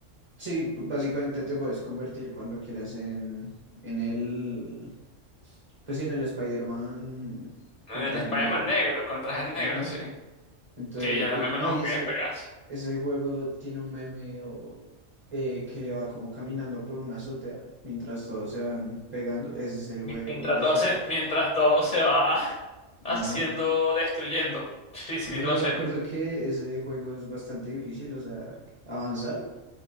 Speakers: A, on the right; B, on the left.
A: Sí, p- básicamente te puedes convertir cuando quieras en, en el, pues sí, en el Spider-Man con
B: El
A: traje
B: Spider-Man
A: negro.
B: negro, con traje negro,
A: Ajá.
B: sí.
A: Entonces,
B: Sí, yo también
A: eh, no,
B: me lo
A: y
B: jugué,
A: ese,
B: juegas.
A: ese juego tiene un meme o, eh, que va como caminando por una azotea mientras todos se van pegando. Ese es el Web
B: Mientras
A: of the
B: todo
A: Shadows.
B: se, mientras todo se va <laughs> haciendo,
A: Ajá.
B: destruyendo. Sí, sí,
A: No,
B: lo
A: yo
B: sé.
A: me acuerdo que ese juego es bastante difícil, o sea, avanzar.